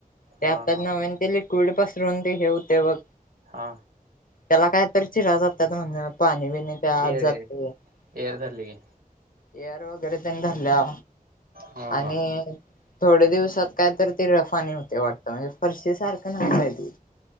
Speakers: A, on the left (about 70°); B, on the right (about 80°).
A: ते आताच
B: हा हा
A: नविन ते लि क्वीड पसरून ते हे हुते बघ
B: हा
A: त्याला काय तर चिराजा तात म्हण पाणी बीणी त्या आत
B: एअर
A: जात ह
B: एअर धरले की
A: एअर वगैरे धरल्या
B: हा
A: आणि
B: हा
A: थोड्या दिवसात काय तर ते रफानी होते वाटत म्हणजे फर्षी सारखं नाही काय ते.